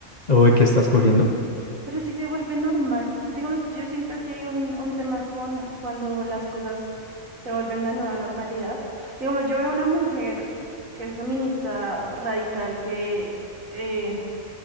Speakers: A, on the left (about 35°); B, on the right (about 70°).
A: o de qué está escogiendo.
B: Pero si se vuelve normal, digamos, yo siento que hay un, un tema con cuando las cosas se vuelven la nueva normalidad. Digamos, yo veo una mujer que es feminista radical, que eh,